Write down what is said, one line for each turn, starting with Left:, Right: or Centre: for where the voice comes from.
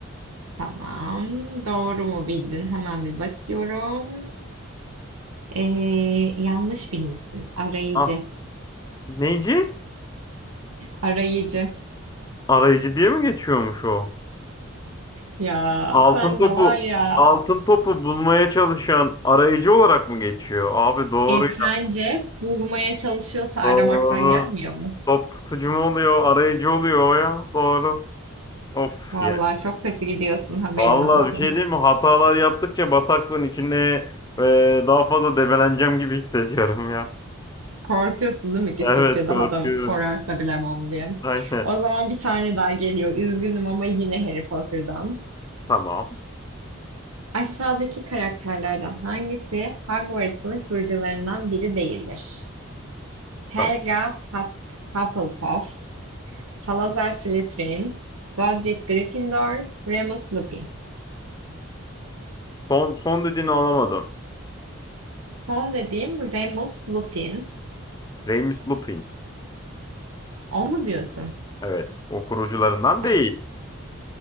Right: Tamam. Doğru mu bildin? Hemen bir bakıyorum. Ee, yanlış bilmişsin. Arayıcı.
Left: Ah, neyci?
Right: Arayıcı.
Left: Arayıcı diye mi geçiyormuş o?
Right: Ya
Left: Altın
Right: sen
Left: topu
Right: de var ya.
Left: altın topu bulmaya çalışan arayıcı olarak mı geçiyor? Abi doğru.
Right: E sence bulmaya çalışıyorsa aramaktan
Left: Doğru.
Right: gelmiyor mu?
Left: Top tutucu mu oluyor? Arayıcı oluyor o ya. Doğru. Of
Right: Vallahi
Left: ya.
Right: çok kötü gidiyorsun haberin
Left: Vallahi
Right: olsun.
Left: bir şey diyeyim mi? Hatalar yaptıkça bataklığın içine e, daha fazla debeleneceğim gibi hissediyorum ya.
Right: Korkuyorsun değil mi gittikçe
Left: Evet korkuyorum.
Right: daha da sorarsa bilemem diye.
Left: Aynen.
Right: O zaman bir tane daha geliyor. Üzgünüm ama yine Harry Potter'dan.
Left: Tamam.
Right: Aşağıdaki karakterlerden hangisi Hogwarts'ın kurucularından biri değildir? Helga
Left: Tamam.
Right: Hup- Hufflepuff, Salazar Slytherin, Godric Gryffindor, Remus Lupin.
Left: Son son dediğini alamadım.
Right: Son dediğim Remus Lupin.
Left: Remus Lupin.
Right: O mu diyorsun?
Left: Evet. O kurucularından
Right: Tamam.
Left: değil.